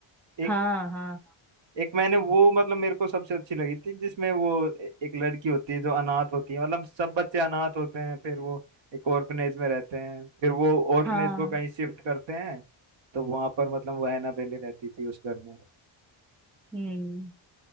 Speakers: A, on the right; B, in the centre.
A: एक
B: हाँ हाँ
A: एक मैंने वो मतलब मेरे को सबसे अच्छी लगी थी जिसमें वो ए- एक लड़की होती है जो अनाथ होती है मतलब सब बच्चे अनाथ होते हैं फिर वो एक ऑर्फनेज में रहते हैं फिर वो ऑर्फनेज
B: हाँ
A: को कहीं शिफ्ट करते हैं तो वहां पर मतलब वो एनाबेले रहती थी उस घर में
B: हम्म